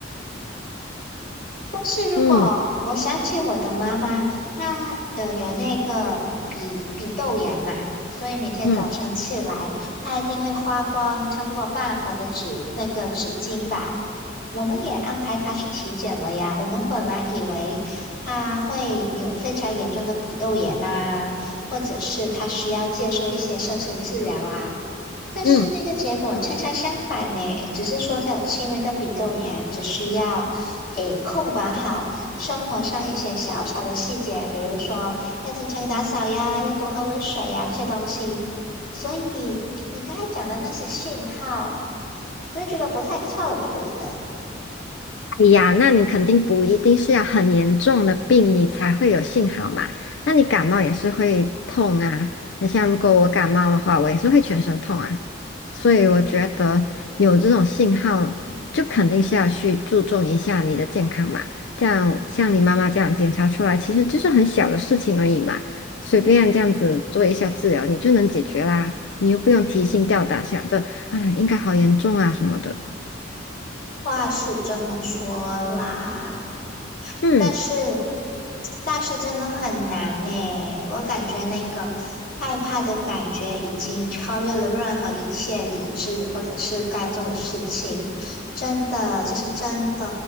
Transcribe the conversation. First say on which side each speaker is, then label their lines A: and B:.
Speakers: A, on the left; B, on the left.
A: 但是如果我想起我的妈妈，
B: 嗯
A: 她呃有那个鼻鼻窦炎嘛，所以每天早晨起来，
B: 嗯
A: 她一定会花光差不多半盒的纸那个纸巾吧。我们也安排她去体检了呀。我们本来以为她会有非常严重的鼻窦炎啊，或者是她需要接受一些深层治疗啊。但是那个结果恰恰相反呢，
B: 嗯。
A: 只是说他有轻微的鼻窦炎，只需要诶控管好生活上一些小小的细节，比如说要经常打扫呀，要多喝温水呀这些东西。所以你刚才讲的那些讯号，我就觉得不太靠谱呢。
B: 哎呀，那你肯定不一定是要很严重的病，你才会有信号嘛。那你感冒也是会痛啊，很像如果我感冒的话，我也是会全身痛啊。所以我觉得有这种信号，就肯定是要去注重一下你的健康嘛。这样像你妈妈这样检查出来，其实就是很小的事情而已嘛，随便这样子做一下治疗，你就能解决啦。你又不用提心吊胆想着啊，应该好严重啊什么的。
A: 话是这么说啦，
B: 嗯
A: 但是，但是真的很难呢。我感觉那个害怕的感觉已经超越了任何一切理智或者是该做的事情。真的，这是真的。